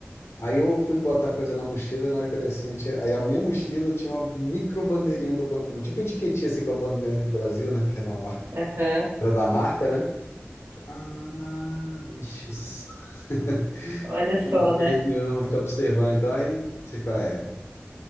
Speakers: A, on the left; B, on the right.
A: Aí eu fui botar coisa na mochila e na hora que eu olhei assim, eu tinha- aí a minha mochila tinha uma micro bandeirinha do Ban- um tipo etiquetinha assim com a bandeira do Brasil, né? Que era uma marca,
B: aham.
A: era da marca, né? Ah, bichos. <laughs>
B: Olha só,
A: Não perde,
B: né?
A: não fica observando, então aí você fica, é,